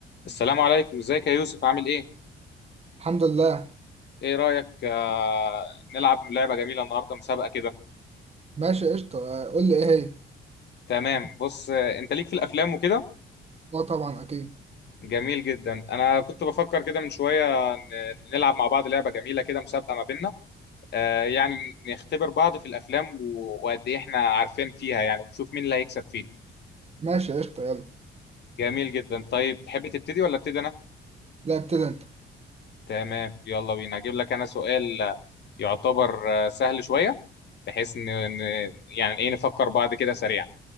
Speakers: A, on the left; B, on the right.
A: السلام عليكم ازيك يا يوسف عامل ايه
B: الحمد لله
A: ايه رأيك آه نلعب لعبة جميلة النهاردة مسابقة كده
B: ماشي قشطة آه، قول لي ايه هي
A: تمام بص آه، انت ليك في الافلام وكده
B: اه طبعا اكيد
A: جميل جدا انا كنت بفكر كده من شوية ن- نلعب مع بعض لعبة جميلة كده مسابقة ما بيننا آه يعني نختبر بعض في الافلام و- وقد ايه احنا عارفين فيها يعني ونشوف مين اللي هيكسب فينا
B: ماشي قشطة يلا
A: جميل جدا طيب تحب تبتدي ولا ابتدي انا
B: لا ابتدي انت
A: تمام يلا بينا هجيب لك انا سؤال آه، يعتبر آه، سهل شوية بحيث ان إن- يعني ايه نفكر بعض كده سريعا